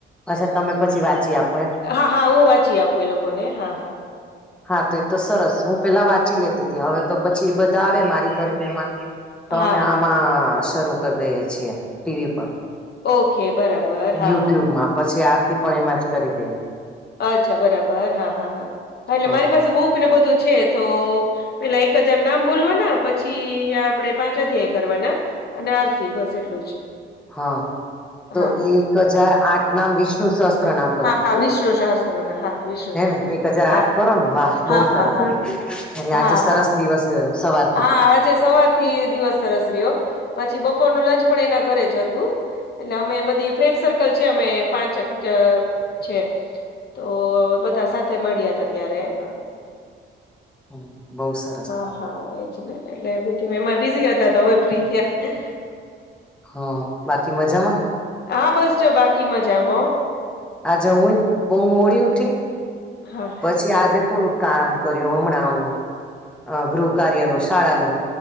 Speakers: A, in the centre; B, on the left (about 55°).
A: અચ્છા તમે પછી વાંચી આપો એમ
B: હા હા હું વાંચી આપું એ લોકોને હા હા
A: હા તોય તો સરસ હું પેલા વાંચી લેતીતી હવે તો પછી એ બધા આવે મારી ઘરે મહેમાન તો
B: હા
A: મે આમાં શરૂ કરી દઈએ છીએ ટીવી પર
B: ઓકે બરાબર હા
A: યુટ્યુબમાં
B: હા
A: પછી આરતી પણ એમાં જ કરી લઈએ
B: અચ્છા બરાબર હા હા હા એટલે
A: હા
B: મારી પાસે બુક ને બધું છે, તો પેલા એક હજાર નામ બોલવાના પછી આપડે પાંચ અધ્યાય કરવાના અને આરસી બસ એટલું જ
A: હા તો
B: હા હા
A: એક હજાર આઠ નામ વિષ્ણુ સસ ત્ર નામ કરો
B: હા હા વિષ્ણુ શાસ્ત્ર ના હા વિષ્ણુ
A: હે
B: શાસ્ત્ર
A: ને એક હજાર
B: હા
A: આઠ કરો ને વાહ બહુ
B: હા
A: સરસ
B: હા હા
A: એટલે આજે
B: હા
A: સરસ
B: હા
A: દિવસ છે, સવાર
B: હા આજે સવારથી દિવસ સરસ રીયો પછી બપોરનું લંચ પણ એના ઘરે જ હતું એટલે અમે બધી ફ્રેન્ડ સર્કલ છે, અમે પાંચ છે. તો બધા સાથે મળ્યા હતા ત્યારે હ
A: હમ બઉ સ
B: હા હા એજ ને એટલે બધું એમાં બિઝી હતા તો હવે ફ્રી થયા
A: હ બાકી મજામાં?
B: હા બસ જો બાકી મજામ
A: આજે હું બો મોડી ઉઠી
B: હા
A: પછી આજે થોડુંક કામ કર્યું હમણાં ઓલું અ ગૃહકાર્યનું શાળાનું